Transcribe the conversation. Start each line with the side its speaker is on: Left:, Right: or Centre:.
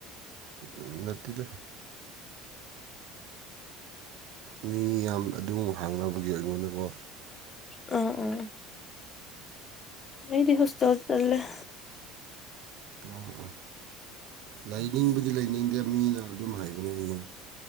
Right: ꯎꯝ ꯅꯠꯇꯗ ꯃꯤ ꯌꯥꯝ ꯑꯗꯨ ꯍꯥꯡꯅꯕꯒꯤ ꯑꯩꯉꯣꯟꯗꯀꯣ
Left: ꯑꯣ ꯑꯣ ꯑꯩꯗꯤ ꯍꯣꯁꯇꯜ ꯇꯜꯂꯦ
Right: ꯎꯝ ꯎꯝ ꯂꯩꯅꯤꯡꯕꯗꯤ ꯂꯩꯅꯤꯡꯗꯦ ꯃꯤꯅ ꯑꯗꯨꯝ ꯍꯥꯏꯕꯅꯦ ꯑꯩꯉꯣꯟ